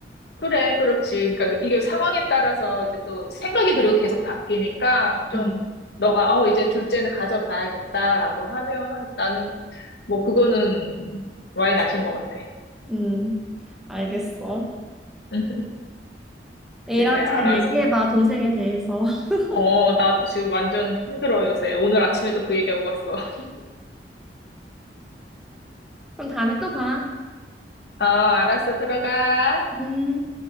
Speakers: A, on the left; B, in the centre.
A: 그래, 그렇지. 그러니까 그 이게 상황에 따라서 이제 또 생각이 그리고 계속 바뀌니까 좀
B: 음,
A: 너가 어 이제 둘째는 가져봐야겠다라고 하면 나는 뭐 그거는 와인 아신 것 같아.
B: 음, 알겠어.
A: 응,
B: A랑
A: 그래, 알았어.
B: 잘 얘기해봐, 동생에 대해서. <laughs>
A: 어, 나도 지금 완전 힘들어 요새. 오늘 아침에도 그 얘기하고 갔어. <laughs>
B: 그럼 다음에 또 봐.
A: 어, 알았어, 들어가.
B: 음.